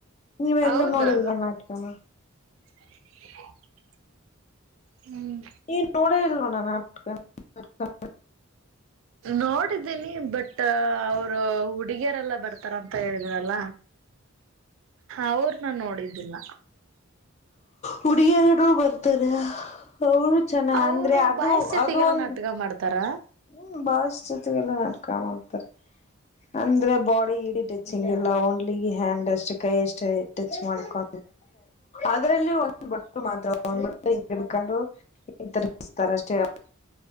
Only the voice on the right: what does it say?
ಹೌದಾ
<inaudible> ಹ್ಮ್
ನೋಡಿದ್ದೀನಿ ಬಟ್ ಅವರು ಊಟ್ ಡಿಗರೆಲ್ಲ ಬರ್ತಾರ ಅಂತ ಹೇಳಿದ್ರಲ್ಲ ಅವ್ರನ್ನ ನೋಡಿದ್ದಿಲ್ಲ
ಅವರು
ಬಾಯ್ಸ್ ಜೊತೆಗೆಲ್ಲ
ನಾಟಕ ಮಾಡ್ತಾರಾ